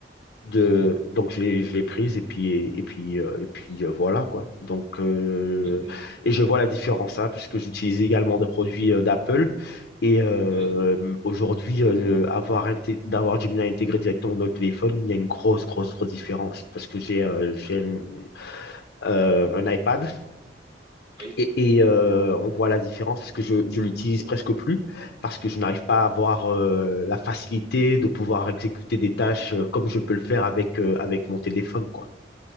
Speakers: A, on the left; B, on the right.
A: de
B: Ok,
A: donc je l'ai je l'ai prise et puis et, et puis euh, et puis euh, voilà quoi donc euh,
B: ok, hein.
A: et je vois la différence hein, parce que j'utilise également des produits euh, d'Apple et euh,
B: oui,
A: aujourd'hui euh, avoir inté- d'avoir Gemini intégré directement dans le téléphone il y a une grosse grosse grosse différence parce que j'ai euh, j'ai un, euh, un iPad
B: oui.
A: et, et, euh, on voit la différence parce que je, je l'utilise presque plus, parce que je n'arrive pas à avoir euh, la facilité de pouvoir exécuter des tâches euh, comme je peux le faire avec, euh, avec mon téléphone, quoi.